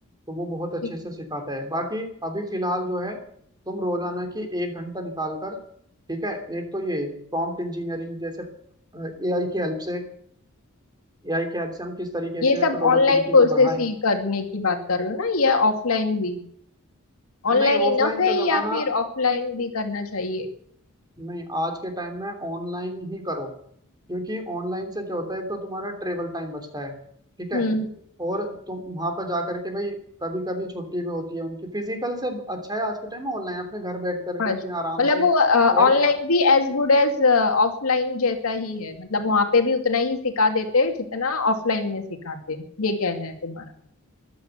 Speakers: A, on the right (about 20°); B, on the left (about 80°).
A: तो वो बहुत अच्छे
B: ठीक
A: से
B: है
A: सिखाता है बाकी अभी फिलहाल जो है तुम रोजाना की एक घंटा निकाल कर ठीक है एक तो ये प्रॉम्प्ट इंजीनियरिंग जैसे एआई की हेल्प से एआई के हेल्प से हम किस तरीके
B: ये
A: से
B: सब
A: प्रोडक्टिविटी
B: ऑनलाइन कोर्सेस
A: को बढ़ाएं
B: ही करने की बात कर रहे हो ना या ऑफलाइन भी ऑनलाइन
A: नहीं
B: इनफ
A: ऑफलाइन
B: है
A: का
B: या
A: जमाना
B: फिर ऑफलाइन भी करना चाहिए
A: नहीं आज के टाइम में ऑनलाइन ही करो क्योंकि ऑनलाइन से क्या होता है एक तो तुम्हारा ट्रेवल टाइम बचता है ठीक है
B: हम्म हम्म,
A: और तुम वहां पर जा करके भाई कभी कभी छुट्टी भी होती है उनकी फिजिकल से अच्छा है आज के टाइम में ऑनलाइन अपने घर बैठ करके
B: अच्छा
A: अपने आराम
B: मतलब
A: से
B: वो
A: और
B: ऑनलाइन भी एज गुड एज ऑफलाइन जैसा ही है मतलब वहां पे भी उतना ही सिखा देते हैं जितना ऑफलाइन में सिखाते हैं। ये कहना है तुम्हारा